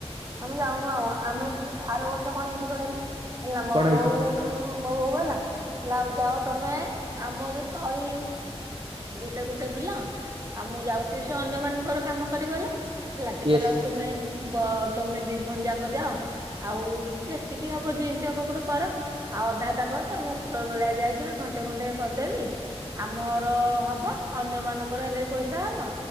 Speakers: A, on the right (about 30°); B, on the right (about 50°).
A: ଆମେ ଯାଉନୁ ଆଉ, ଆମେ ଆର ବର୍ଷ କଣ ହେଇଚି କହଲୁ ହେଲା ମୋ
B: କଣ
A: ବୋଉ
B: ହେଇଛି
A: ମୋ ବୋଉ କହିଲା କହିଲା ଆଉ ଯାଅ ତମେ ଆମ ଯୋଉ ତଳି ଏଇଟା ଗୋଟେ ବିଲ ଆଉ ମୁଁ ଯାଉଚି ସେ ଅନ୍ୟ ମାନଙ୍କର କାମ କରିଗଲା। ହେଲା, ସେ
B: ୟେସ୍
A: କହିଲା ଆଉ ତମେ ତମେ ଦି ଭଉଣୀ ଯାକ ଯାଅ। ଆଉ ଯେତିକି ହବ, ଦିଟା ଗୋଟେ କର। ଆଉ ଅଧା ଅଧା କରିଥାଅ, ମୁଁ ଉପର ବେଳିଆ ଯାଇକିନା ଘଣ୍ଟେ ଘଣ୍ଟେ କରିଦେବି। ଆମର ହବ, ଅନ୍ୟ ମାନଙ୍କର ହେଲେ ବି ପଇସା ହବ।